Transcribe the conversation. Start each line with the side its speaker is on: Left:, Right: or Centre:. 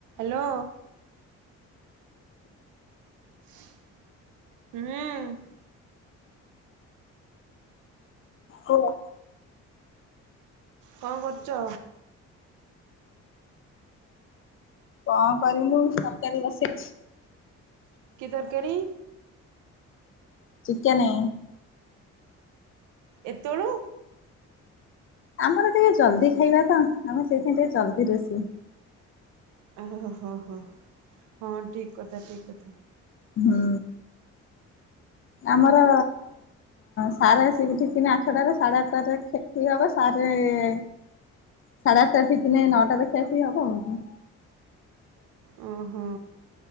Right: Hello. ହୁଁ।
Left: ହେଲା।
Right: କଣ କରୁଚ?
Left: କଣ କରିବି ମୁଁ ତରକାରୀ ବସେଇଛି।
Right: କି ତରକାରୀ?
Left: ଚିକେନ।
Right: ଏତେଳୁ।
Left: ଆମର ଟିକେ ଜଲଦି ଖାଇବା ତ ଆମେ ସେଥିପାଇଁ ଟିକେ ଜଲଦି ରୋଷେଇ।
Right: ଓ ହୋ ହୋ ହଁ ଠିକ କଥା ଠିକ୍ କଥା।
Left: ହୁଁ। ଆମର ସାର ଆସିକି ଠିକିନେ ଆଠଟାରେ ସାଢେ ଆଠଟ ଠିକ ହବ ସାରେ। ସାଢେ ଆଠଟା ଠିକିନେ ନଅଟା ରେ ଖାଇବି ଆଉ କଣ।
Right: ହୁଁ ହୁଁ।